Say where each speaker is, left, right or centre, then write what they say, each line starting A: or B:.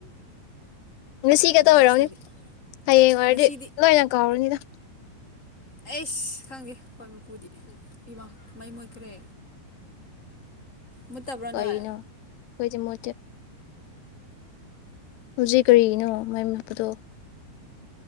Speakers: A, on the left (about 85°); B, on the left (about 15°).
A: ꯉꯁꯤꯒꯇ
B: ꯅꯦꯛꯁꯇꯗꯤ
A: ꯑꯣꯏꯔꯝꯅꯤ ꯍꯌꯦꯡ ꯑꯣꯏꯔꯗꯤ
B: ꯉꯁꯤꯗꯤ
A: ꯂꯣꯏꯅ ꯀꯥꯎꯔꯅꯤꯗ
B: ꯑꯩꯁ ꯈꯪꯗꯦ ꯍꯣꯏ ꯃꯄꯨꯗꯤ ꯏꯃꯥ ꯃꯩ ꯃꯨꯠꯈ꯭ꯔꯦ ꯃꯨꯠꯇꯕ꯭ꯔꯥ
A: ꯀꯩꯅꯣ
B: ꯅꯣꯏ
A: ꯍꯣꯏꯗꯤ ꯃꯨꯠꯇꯦ ꯍꯧꯖꯤꯛ ꯀꯔꯤꯒꯤꯅꯣ ꯃꯩ ꯃꯨꯠꯄꯗꯣ